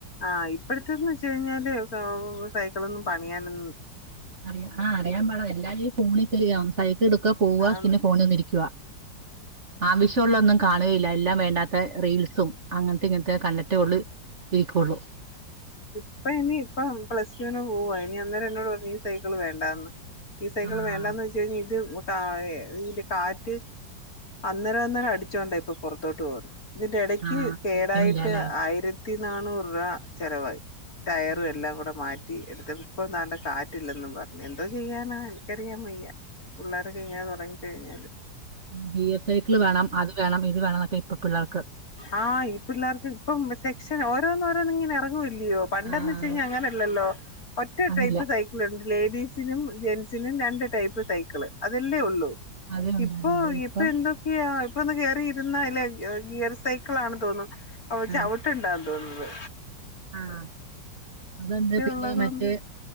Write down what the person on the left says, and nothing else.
ആഹ് ഇപ്പഴത്തെന്ന് വെച്ച് കഴിഞ്ഞാല് സൈക്കിളൊന്നും പണിയാനൊ
ആന്ന്
ഇപ്പ ഇനി ഇപ്പ പ്ലസ്റ്റുവിന് പോവാ ഇനി അന്നേരം എന്നോട് പറഞ്ഞു ഈ സൈക്കിള് വേണ്ടാന്ന് ഈ സൈക്കിള്
വേണ്ട എന്ന് വെച്ച് കഴിഞ്ഞാ ഇത് കാ എ ഇയിൻ്റെ കാറ്റ് അന്നേരം അന്നേരം അടിച്ചോണ്ട ഇപ്പൊ പുറത്തോട്ട് പോന്ന് ഇതിന്റെ ഇടയ്ക്ക്
കേടായിട്ട്
ആയിര ത്തിനാനൂറ് രുവ ചെലവായി ടയറും
എല്ലാം കൂടെ മാ റ്റി എടുത്ത ഇപ്പൊ താണ്ടെ കാറ്റില്ലെന്നും പറഞ്ഞ് എന്തോ ചെയ്യാനാ ഇക്കറിയാൻ വയ്യ പുള്ളേർ ഇത് ഇങ്ങനെ തുടങ്ങി കഴിഞ്ഞാല്
ആഹ് ഈ പിള്ളേർക്ക് ഇപ്പം സെക്ഷൻ ഓരോന്ന് ഓരോന്ന്ങ്ങനെ എറക്കുവല്ലേ പണ്ടന്ന്
വെച്ച് കഴിഞ്ഞാ അങ്ങനെ അല്ലല്ലോ ഒറ്റ
ടൈപ്പ് സൈക്കിള് ലേഡീസിനും ജെന്റ്സിനും രണ്ട് ടൈപ്പ് സൈക്കള് അതെല്ലേ ഒള്ളൂ
ഇപ്പൊ
ഇപ്പൊ എന്തൊക്കെയ പ്പൊന്ന് കയറി ഇരുന്ന അല്ല ഗിയർ സൈക്കിളാണെന്ന് തോന്നു ഓ ചവിട്ട്
ണ്ടാവ ന്ന്
ഉള്ളത് കൊണ്ട്